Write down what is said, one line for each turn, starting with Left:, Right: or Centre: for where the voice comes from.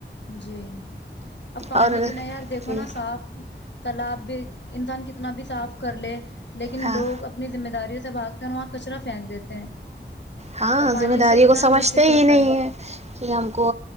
Left: جی اب پانی
Right: اور اگر
Left: بنا یار دیکھو
Right: جی
Left: نا صاف تالاب بھی انسان کتنا بھی صاف کر لے لیکن
Right: ہاں
Left: لوگ اپنی ذمہ داریوں سے بھاگتے ہیں اور وہاں کچرا پھینک دیتے ہیں <unintelligible>
Right: ہاں
Left: اور پانی
Right: ذمہ
Left: اس
Right: داریوں
Left: سے کتنا
Right: کو سمجھتے
Left: دشت ہوتا
Right: ہی نہیں ہے کہ ہم کو